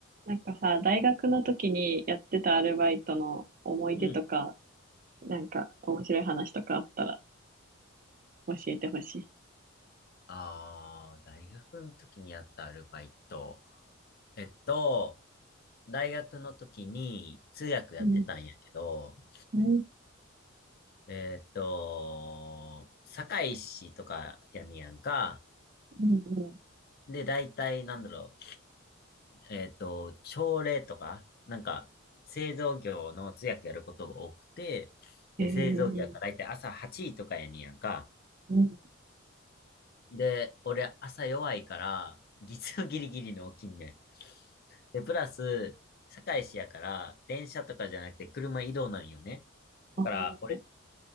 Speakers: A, on the right (about 40°); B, on the left (about 45°).
A: なんかさ、大学の時にやってたアルバイトの思い出とか、
B: うん。
A: なんか面白い話とかあったら教えてほしい。
B: ああ、大学の時にやったアルバイト。えっと、大学の時に通訳やってたんやけど、
A: うん、うん、
B: えっと、堺市とかやねやんか。
A: うん、う
B: で、大体なんだろう。えっと、朝礼とか、なんか、製造業の通訳やることが多くて、で、
A: ん。えー、
B: 製造業が大体朝8時とかやねやんか。
A: うん、
B: で、俺朝弱いから、月曜ギリギリの起きんねん。で、プラス、堺市やから、電車とかじゃなくて車移動なんよね。だから、
A: あー、
B: 俺、